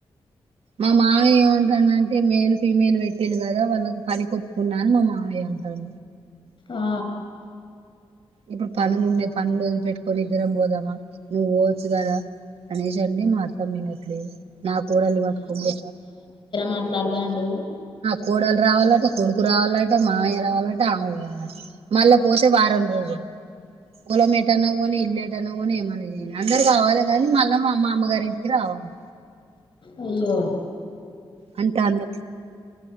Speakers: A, on the right; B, on the left.
A: మా మావయ్య ఏమంటాన అంటే మేల్ ఫీమేల్ పెట్టీలు కదా వాళ్ళకి పని కొప్పుకున్న అని మా మామయ్య అంట అ
B: ఆ
A: ఇప్పుడు పన్నలుండే పనులు వదిలు పెట్టు ఓకొరి ఇద్దరం పోదమ్మా నువ్వు ఓచ్చుగాదా అనేసి అంటే మాఅతా మీనట్లే నా కోడలు ను పట్టుకొని పోతారా
B: మాట్లాడుతాండు
A: కోడలు రావాలట కొడుకు రావాలట మామయ్య రావాలట అమ్మ పోవాలట మళ్ళా పోతే వారం రోజులు పూలం పెట్టన్నా అని ఇల్లే ఎటైనా పోనీ ఏమన్న చేయనీ అందరు కావాలి కానీ మళ్ళా మామ్మ అమ్మగారింటికి రావాలి
B: అయ్యో
A: అంటే ఆళ్లు